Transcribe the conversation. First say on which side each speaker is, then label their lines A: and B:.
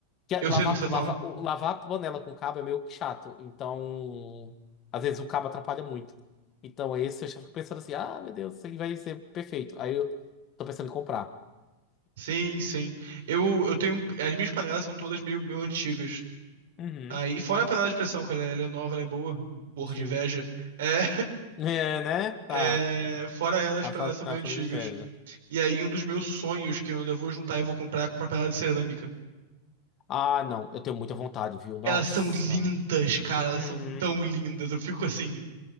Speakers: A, on the left; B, on the right.
A: Que é
B: Eu
A: lavar,
B: sei do que você tá
A: lavar,
B: falando.
A: o- lavar a panela com cabo é meio chato. Então, às vezes o cabo atrapalha muito. Então, esse eu já fico pensando assim: ah, meu Deus, isso aqui vai ser perfeito. Aí eu tô pensando em comprar.
B: Sim, sim. Eu, eu tenho. As minhas panelas são todas meio, meio antigas.
A: Uhum,
B: Aí, fora a panela de pressão, cara, ela é nova, ela é boa, morro
A: sim.
B: de inveja. É,
A: É, né?
B: <laughs>
A: Tá.
B: é, fora ela, as
A: Tá,
B: panelas
A: fa-
B: são
A: tá
B: meio antigas.
A: fazendo inveja.
B: E aí, um dos meus sonhos que eu ainda vou juntar e vou comprar é comprar panela de cerâmica.
A: Ah, não. Eu tenho muita vontade, viu? Nossa.
B: Elas são lindas, cara,
A: Uhum.
B: elas são tão lindas. Eu fico assim,